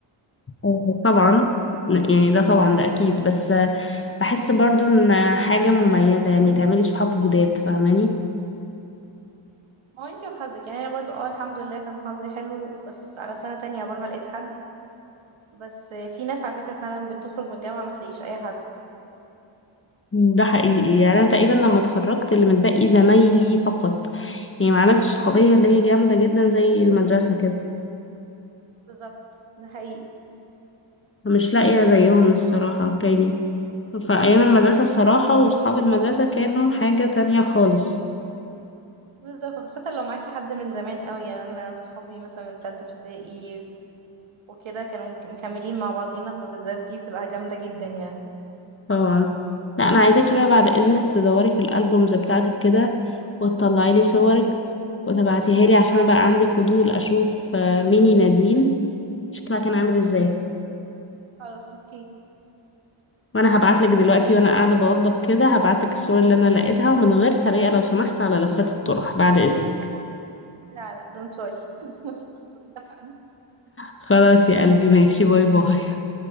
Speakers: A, on the left; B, on the right.
A: آه، طبعا يعني ده طبعا ده أكيد بس آه، بحس برضو إن حاجة مميزة يعني تعملي صحاب جداد فاهماني
B: ما هو انتي وحظك يعني أنا برضو اه الحمد لله كان حظي حلو بس على سنة تانية عقبال ما لقيت حد بس في ناس على فكرة فعلا بتخرج من الجامعة ما تلاقيش أي حد
A: ده حقيقي يعني انا تقريبا لما اتخرجت اللي متبقي زمايلي فقط يعني ما عملتش صحوبيه اللي هي جامده جدا زي المدرسه كده
B: بالظبط ده حقيقي
A: مش لاقيه زيهم الصراحه تاني فايام المدرسه الصراحه واصحاب المدرسه كانوا حاجه تانية خالص
B: بالظبط خاصة لو معاكي حد من زمان قوي يعني أنا صحابي مثلا من تالتة ابتدائي وكده كانوا مك- مكملين مع بعضينا فبالذات دي بتبقى جامدة جدا يعني
A: طبعا لا انا عايزاكي بقى بعد اذنك تدوري في الالبومز بتاعتك كده وتطلعي لي صورك وتبعتيها لي عشان بقى عندي فضول اشوف آه، ميني نادين شكلها كان عامل ازاي
B: خلاص اوكي
A: وانا هبعتلك دلوقتي وانا قاعدة بوضب كده هبعتلك الصور اللي انا لقيتها من غير تريقة لو سمحت على لفات الطرح بعد اذنك
B: لا لا دونت وري <laughs> اتفقنا
A: خلاص يا قلبي ماشي باي باي